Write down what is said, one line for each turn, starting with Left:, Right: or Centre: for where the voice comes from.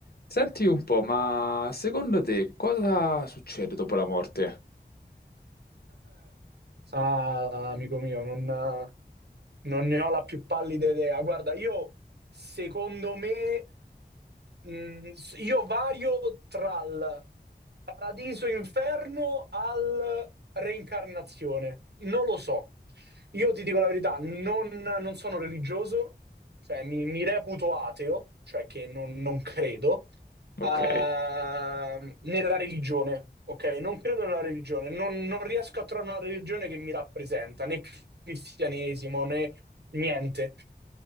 Left: Senti un po', ma
Right: <laughs>
Left: secondo te cosa succede dopo la morte?
Right: Ah, amico mio, non, non ne ho la più pallida idea. Guarda, io secondo me. Mm, s- io vario tra il paradiso inferno al reincarnazione. Non lo so. Io ti dico la verità, non, non sono religioso, cioè mi, mi reputo ateo, cioè che non, non credo
Left: Ok.
Right: ehm, nella religione, ok? Non credo nella religione, non, non riesco a trovare una religione che mi rappresenta, né cristianesimo né niente.